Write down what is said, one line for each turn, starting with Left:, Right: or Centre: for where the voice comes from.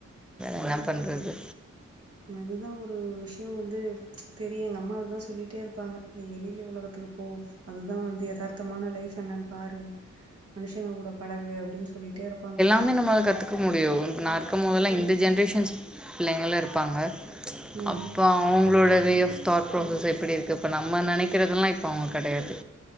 Centre: என்ன பண்றது
Right: அதுதா ஒரு விஷ்யோ வந்து தெரியு எங்க அம்மா அதுதா சொல்லிட்டே இரு ப்பாங்க நீ வெளியில உலகத்துக்கு போ அதுதா வந்து எதார்த்தமான லைப் என்னன் பாரு மனுஷங்க கூட பழகு அப்டின் சொல்லிட்டே இருப்பாங்க
Centre: ஆனா என்னமோ கத்து க்க முடியு நா இருக்கும் போதல்லா இந்த ஜென்ரேஷன்ஸ் பிள்ளைங்களா இருப்பாங்க
Right: ம்
Centre: அப்ப அவங்களோட வே ஆஃப் தாட் ப்ராசஸ் எப்படி இருக்கு இப்ப நம்ம நெனைக்கிறதெல்லா இப்ப அவங்க கிடையாது